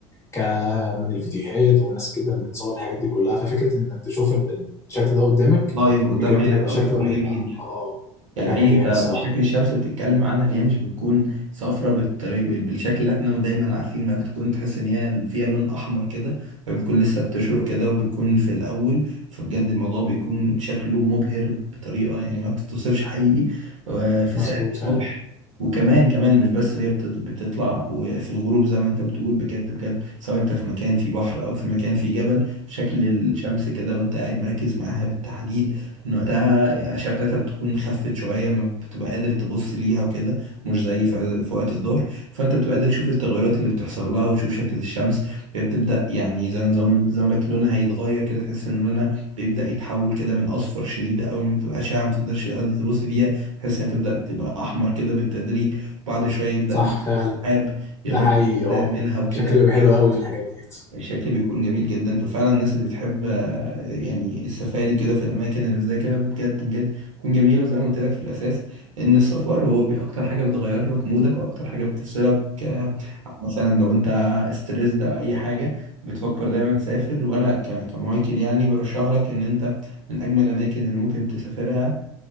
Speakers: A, on the left; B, on the right.
A: ك من الفيديوهات وناس جدا بتصور الحاجات دي كلها ففكره انك تشوف ال- ال- الشكل ده قدامك
B: لايف قدام
A: بجد
B: عينك
A: بيبقى
B: اه
A: شكله
B: بيكون
A: رهيب
B: جميل
A: اه آه،
B: يعني
A: بجد
B: حقيقي انت
A: يعني الصراحه
B: شكل الشمس بتتكلم عنها ان هي مش بتكون صفرة بالطريق بال- بالشكل اللي احنا دايما عارفين ما بتكون تحس ان هي فيها لون احمر كده فبتكون لسه بتشرق كده وبتكون في الاول فبجد الموضوع بيكون شكله مبهر بطريقة يعني ما بتتوصفش حقيقي آه، في
A: مظبوط
B: ساعة الصبح
A: فعلا
B: وكمان كمان مش بس هي بتط- بتطلع وفي الغروب زي ما انت بتقول بجد بجد سواء انت في مكان في بحر او في مكان في جبل شكل الشمس كده وانت قاعد مركز معاها بالتحديد لأن وقتها الأشعة بتاعتها بتكون خفت شوية ما بتبقى قادر تبص ليها وكده مش زي في في وقت الظهر فأنت بتبقى قادر تشوف التغيرات اللي بتحصل لها وتشوف شكل الشمس هي بتبدأ يعني زي نظام زي ما لك لونها هيتغير كده تحس إن لونها بيبدأ يتحول كده من أصفر شديد أوي ما بتبقى أشعة ما بتقدرش تقضي تبص فيها تحس إنها بتبدأ تبقى أحمر كده بالتدريج وبعد شوية يبدأ
A: صح
B: مثلا
A: فعلا
B: السحاب يغطي
A: ده حقيقي
B: أجزاء
A: اه
B: منها وكده
A: شكلي
B: فبجد
A: بيبقى حلو قوي في الحاجات ديت
B: الشكل بيكون جميل جدا ففعلا الناس اللي بتحب آه، يعني السفاري كده في الاماكن اللي زي كده بجد بجد تكون جميله زي ما قلت لك في الاساس ان السفر هو بي- اكتر حاجه بتغير لك مودك واكتر حاجه بتفصلك آه، مثلا لو انت ستريس ده اي حاجه بتفكر دايما تسافر وانا ك- كمايكل يعني برشح لك ان انت من اجمل الاماكن اللي ممكن تسافرها